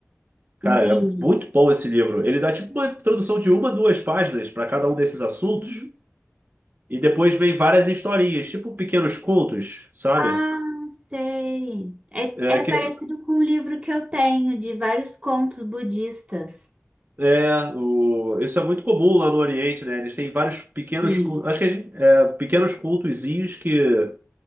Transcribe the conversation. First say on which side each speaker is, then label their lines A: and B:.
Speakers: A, on the right; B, on the right.
A: Cara,
B: entendi.
A: é muito bom esse livro. Ele dá tipo uma introdução de uma, duas páginas para cada um desses assuntos,
B: Uhum.
A: e depois vem várias historinhas, tipo pequenos contos, sabe?
B: Ah, sei. É,
A: É,
B: é
A: que,
B: parecido com um livro que eu tenho de vários contos budistas.
A: é, o, isso é muito comum lá no Oriente, né? Eles têm vários pequenos,
B: Sim.
A: cu- acho que a gente, é, pequenos contozinhos que,